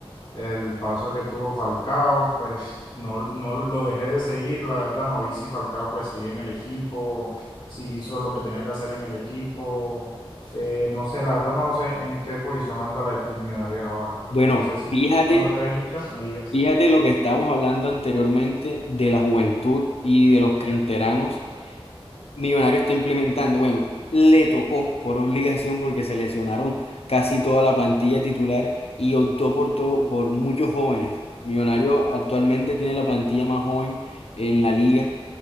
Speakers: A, on the left; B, on the left.
A: el paso que tuvo Falcao, pues no, no lo dejé de seguir, la verdad, no vi si Falcao pues seguía en el equipo, si hizo lo que tenía que hacer en el equipo, eh, no sé, la verdad no sé en qué posición anda la- el Millonarios ahora.
B: Bueno,
A: No sé si
B: fíjate
A: tú de pronto que eres hincha, me digas.
B: Fíjate lo que estábamos hablando anteriormente de la juventud y de los canteranos. Millonario está implementando, bueno, le tocó por obligación porque se lesionaron casi toda la plantilla titular y optó por, to- por muchos jóvenes. Millonario actualmente tiene la plantilla más joven en la liga